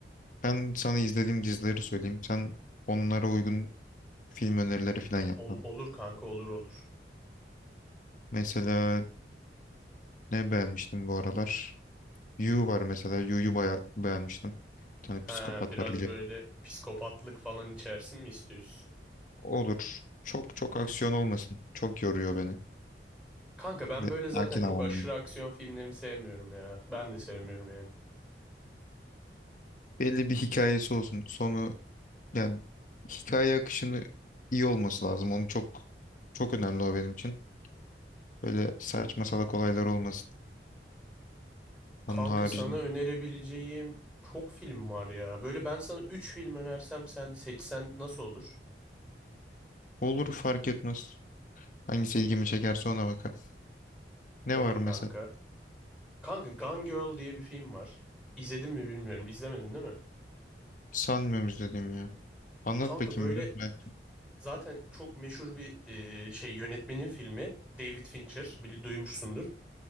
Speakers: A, on the left; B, in the centre.
A: Ben sana izlediğim dizileri söyleyeyim. Sen onlara uygun Film önerileri falan yapmam.
B: ol- olur kanka olur olur.
A: Mesela ne beğenmiştim bu aralar? You var mesela. You'yu bayağı beğenmiştim. Bir tane
B: Ha
A: psikopat
B: biraz
A: var biliyorum.
B: böyle psikopatlık falan içersin mi istiyorsun?
A: Olur. Çok çok aksiyon olmasın. Çok yoruyor beni.
B: Kanka ben
A: Ve
B: böyle zaten
A: sakin
B: çok
A: havamdayım.
B: aşırı aksiyon filmlerini sevmiyorum ya. Ben de sevmiyorum yani.
A: Belli bir hikayesi olsun. Sonu yani hikaye akışını iyi olması lazım. Onu çok çok önemli o benim için. Böyle saçma salak olaylar olmasın.
B: Kanka
A: Onun haricinde.
B: sana önerebileceğim çok film var ya. Böyle ben sana 3 film önersem sen seçsen nasıl olur?
A: Olur fark etmez. Hangisi ilgimi çekerse ona bakarım. Ne
B: Olur
A: var
B: kanka.
A: mesela?
B: Kanka Gone Girl diye bir film var. İzledin mi bilmiyorum. İzlemedin değil mi?
A: Sanmıyorum izlediğim ya. Anlat
B: Kanka
A: bakayım
B: böyle
A: biraz belki.
B: zaten çok meşhur bir e, şey yönetmenin filmi. David Fincher. Bil, duymuşsundur.